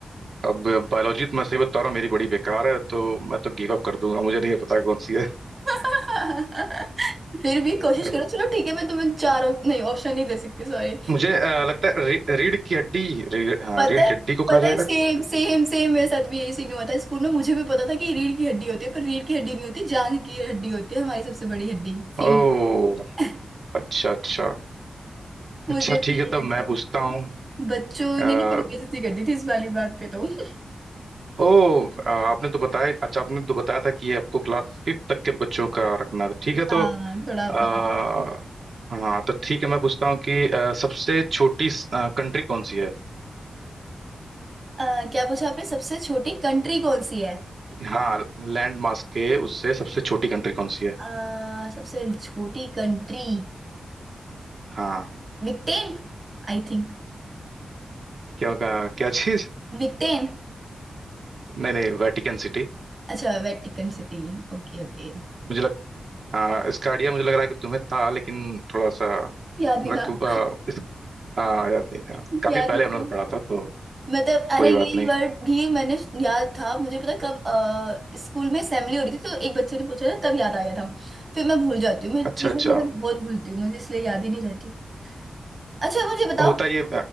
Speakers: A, on the right; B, on the right.
A: अब बायोलॉजी तो मैं सही बता रहा हूँ मेरी बड़ी बेकार है तो मैं तो गिव अप कर दूंगा मुझे नहीं पता कौन सी है
B: <laughs> फिर भी कोशिश
A: और
B: करो चलो ठीक है मैं तुम्हें चारों नहीं ऑप्शन नहीं दे सकती सॉरी
A: मुझे अ, लगता है री, रीढ़ की हड्डी री, हाँ
B: पता
A: रीढ़
B: है
A: की हड्डी को
B: पता
A: कहा जाएगा
B: है सेम सेम सेम मेरे साथ भी यही सीन हुआ था स्कूल में मुझे भी पता था कि रीढ़ की हड्डी होती है पर रीढ़ की हड्डी नहीं होती जांघ की हड्डी होती है हमारी सबसे बड़ी हड्डी फीमर
A: ओ
B: <laughs>
A: अच्छा अच्छा
B: मुझे
A: अच्छा ठीक
B: भी
A: है
B: यही
A: तब
B: लगता
A: मैं पूछता
B: बच्चों
A: हूँ
B: ने नहीं मेरी बेइज्जती कर दी थी इस वाली बात पे तो <laughs>
A: ओ आ, आपने तो बताया अच्छा आपने तो बताया था कि ये आपको क्लास फिफ्थ तक के बच्चों का रखना था ठीक है
B: हाँ
A: तो
B: थोड़ा
A: आ,
B: मतलब
A: हाँ तो ठीक है मैं पूछता हूँ कि आ, सबसे छोटी कंट्री कौन सी है
B: अ, क्या पूछा आपने सबसे छोटी कंट्री कौन सी है
A: हाँ लैंड मास के उससे सबसे छोटी कंट्री कौन सी है
B: अ, सबसे छोटी कंट्री
A: हाँ
B: विक्टेन आई थिंक
A: क्या होगा क्या चीज
B: विक्टेन
A: नहीं नहीं वेटिकन सिटी
B: अच्छा वेटिकन सिटी ओके ओके
A: मुझे लग हाँ इसका आइडिया मुझे लग रहा है कि तुम्हें था लेकिन थोड़ा सा
B: याद नहीं
A: वक,
B: था
A: आ, इस, आ, याद नहीं था
B: <laughs>
A: काफी
B: याद
A: पहले
B: नहीं था
A: हम लोगों ने पढ़ा था तो
B: मतलब अरे
A: कोई
B: यही
A: बात नहीं
B: वर्ड भी मैंने याद था मुझे पता कब अ, स्कूल में असेंबली हो रही थी तो एक बच्चे ने पूछा था तब याद आ गया था फिर मैं भूल जाती हूँ मैं
A: अच्छा
B: चीजें
A: अच्छा
B: मतलब बहुत भूलती हूँ मुझे इसलिए याद ही नहीं रहती अच्छा मुझे बताओ
A: होता ये